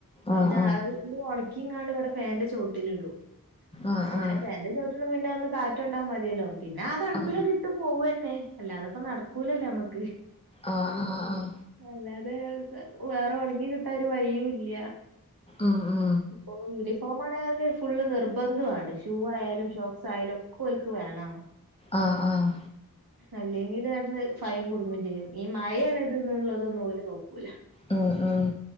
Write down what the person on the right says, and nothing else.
പിന്നെ ഇല് ഉണക്കിങ്ങാണ്ട് ഇവിടെ ഫേന്റെ ചോട്ടിലിടും
അങ്ങനെ
ഫേന്റെ ചോട്ടിൽന്ന് പിന്നെ കാറ്റുണ്ടാൻ മതിയല്ലോ പിന്നെ ആ തണുപ്പിലാട്ട്
ഇട്ട് പോവന്നെ അല്ല അതപ്പ നടക്കൂലല്ലേ നമ്മക്ക്
അല്ലാതെ വേറെ ഉണങ്ങി കിട്ട ഒരു വഴിയും ഇല്ല
ഇപ്പോ യൂണിഫോം ആണല് ഫുള്ള് നിർബന്ധമാണ് ഷൂ ആയാലും ഷോക്സ് ആയാലും കോലക്ക് വേണം
അല്ലെങ്കിൽ അട്ടന്ന് ഫൈം കൊടുങ്ങയും ചെയ്യും ഈ മഴാണ് ഇത്ള്ളതൊന്നും ഓല നോക്കൂല